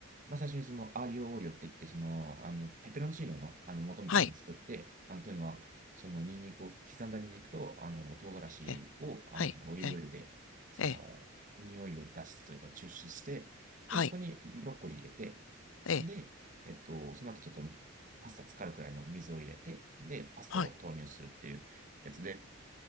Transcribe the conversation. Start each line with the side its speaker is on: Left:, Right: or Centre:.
Right: まあ、最初にそのアーリオオーリオって言って、その、あの、ペペロンチーノの、あの、元みたいなのを作って、
Left: はい、
Right: あの、というのは、その、ニンニクを、刻んだニンニクと、あの、唐辛子を、
Left: ええ、はい、
Right: あの、そのオリーブオイルで、
Left: ええ、
Right: その、
Left: ええ、
Right: 匂いを出すというか、抽出して、
Left: はい、
Right: で、そこにブロッコリー入れて、
Left: ええ、
Right: で、えっと、その後ちょっと、パスタ浸かるくらいの水を入れて、で、パスタを投入するっていうやつで、
Left: はい、